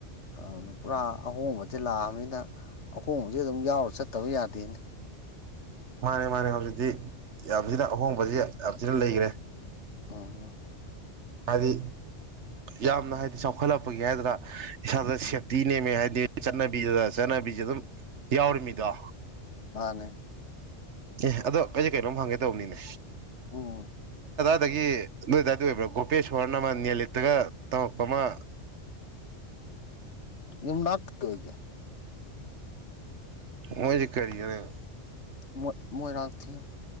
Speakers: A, on the left; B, on the right.
A: ꯑꯥ ꯗꯨ ꯄꯨꯔꯥ ꯑꯍꯣꯡꯕꯁꯦ ꯂꯥꯛꯑꯝꯅꯤꯅ ꯑꯍꯣꯡꯕꯁꯦ ꯑꯗꯨꯝ ꯌꯥꯎꯔ ꯆꯠꯇꯕ ꯌꯥꯗꯦꯅꯦ <inaudible>
B: ꯃꯥꯅꯦ ꯃꯥꯅꯦ ꯍꯧꯖꯤꯛꯇꯤ ꯌꯥꯝ ꯊꯤꯅ ꯑꯍꯣꯡꯕꯁꯤ ꯌꯥꯝ ꯊꯤꯅ ꯂꯩꯒ꯭ꯔꯦ
A: <unintelligible>
B: ꯍꯥꯏꯗꯤ ꯌꯥꯝꯅ ꯍꯥꯏꯗꯤ ꯆꯥꯎꯈꯠꯂꯛꯄꯒꯤ ꯍꯥꯏꯗ꯭ꯔ ꯏꯁꯥꯗ
A: ꯎꯝ
B: ꯁꯦꯞꯇꯤ ꯅꯦꯝꯃꯦ ꯍꯥꯏꯗꯤ ꯆꯠꯅꯕꯤꯗꯨꯗ ꯆꯠꯅꯕꯤꯖꯦ ꯑꯗꯨꯝ ꯌꯥꯎꯔꯤꯃꯤꯗꯣ
A: ꯃꯥꯅꯦ
B: ꯑꯦ ꯑꯗꯣ ꯑꯩꯖꯦ ꯀꯩꯅꯣꯝ ꯍꯪꯒꯦ ꯇꯧꯕꯅꯤꯅꯦ
A: ꯎꯝ
B: ꯇꯒꯤ ꯅꯣꯏꯗꯥꯏꯗ ꯑꯣꯏꯕ꯭ꯔ ꯒꯣ ꯒꯣꯄꯦꯁꯣꯔꯅ ꯑꯃ ꯅꯦꯂꯤꯠꯇꯒ ꯇꯝꯃꯛꯄ ꯑꯃ
A: ꯌꯨꯝꯅꯥꯛ ꯀꯩ ꯑꯣꯏꯒꯦ
B: ꯃꯣꯏꯖꯦ ꯀꯔꯤꯌꯣꯌꯣ
A: ꯃꯣꯠ ꯃꯣꯏꯔꯥꯡꯊꯦꯝ